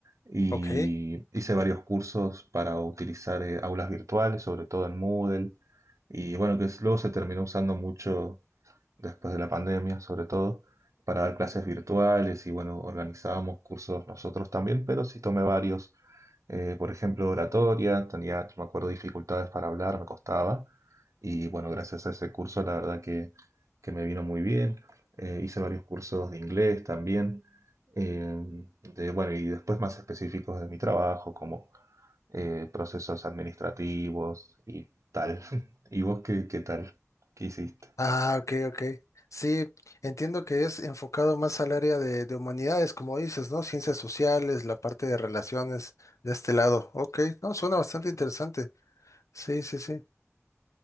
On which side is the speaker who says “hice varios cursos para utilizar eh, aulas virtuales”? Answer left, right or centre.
Right